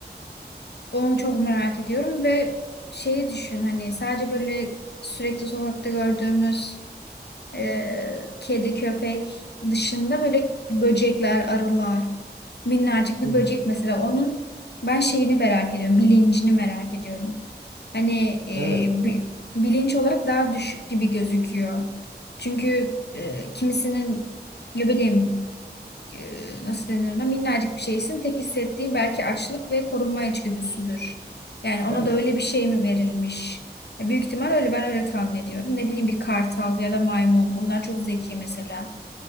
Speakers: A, on the left; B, on the right.
A: onu çok merak ediyorum ve şeyi düşün hani sadece böyle sürekli sokakta gördüğümüz e, kedi köpek dışında böyle böcekler, arılar minnacık bir
B: Hı hı.
A: böcek mesela onun ben şeyini merak ediyorum, bilincini merak ediyorum. Hani e,
B: Evet.
A: bi- bilinç olarak daha düşük gibi gözüküyor. Çünkü e, kimisinin ne bileyim e, nasıl denir ona minnacık bir şeysin tek hissettiğin belki açlık ve korunma içgüdüsüdür. Yani ona
B: Evet.
A: da öyle bir şey mi verilmiş? Ya büyük ihtimal öyle ben öyle tahmin ediyorum. Ne bileyim bir kartal ya da maymun onlar çok zeki mesela